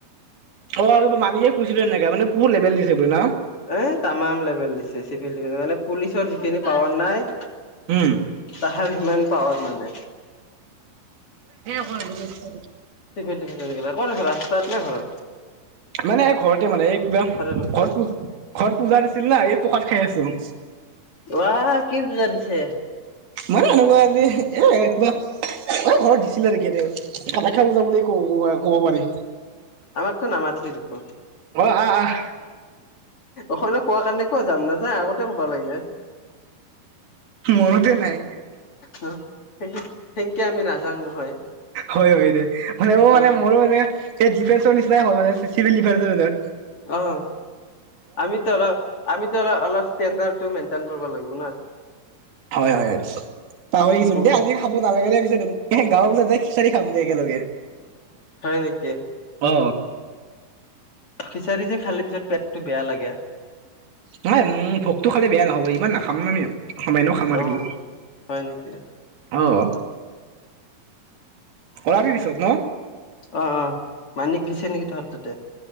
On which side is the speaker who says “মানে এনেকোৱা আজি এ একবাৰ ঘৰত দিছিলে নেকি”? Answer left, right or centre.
Right